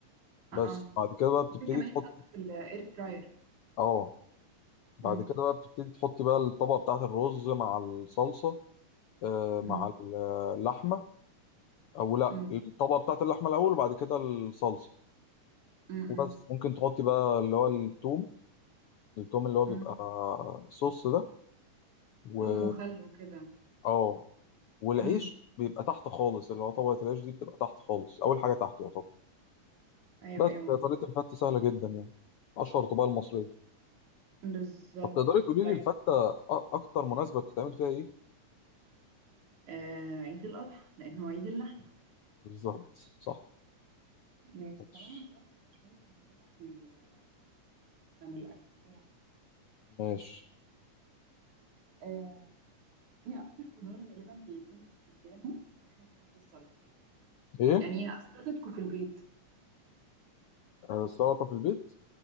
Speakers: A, on the left; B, on the right.
A: بس
B: اه
A: بعد كده بقى بتبتدي
B: ممكن كمان
A: تحط
B: يتحط في الاير فراير
A: اه بعد
B: مم.
A: كده بقى بتبتدي تحطي بقى الطبقة بتاعة الرز مع الصلصة آه، مع
B: مم.
A: ال- اللحمة أو لأ
B: مم.
A: الطبقة بتاعة اللحمة الأول وبعد كده الصلصة
B: مم.
A: وبس
B: مم.
A: ممكن تحطي بقى اللي هو التوم التوم اللي هو بيبقى
B: مم.
A: صوص ده و
B: توم وخل وكده
A: اه والعيش
B: مم.
A: بيبقى تحت خالص اللي هو طبقة العيش دي بتبقى تحت خالص أول حاجة تحت يعتبر
B: ايوه
A: بس
B: ايوه مظبوط
A: طريقة الفتة سهلة جدا يعني أشهر طبقة المصرية
B: بالظبط
A: طب تقدري تقولي
B: طيب
A: لي الفتة أ- أكتر مناسبة بتتعمل فيها إيه؟
B: آه عيد الاضحى لانه عيد اللحم
A: بالظبط صح
B: ماشي
A: ماشي
B: طب انا هسألك شوية اسئلة عن ال- عن الاكل ايه رأيك
A: ماشي
B: آه، ايه اكتر خضار غالبا بيتم استخدامه واحنا بنعمل السلطه
A: إيه؟
B: يعني ايه سلطتكم في البيت
A: آه، السلطة في البيت؟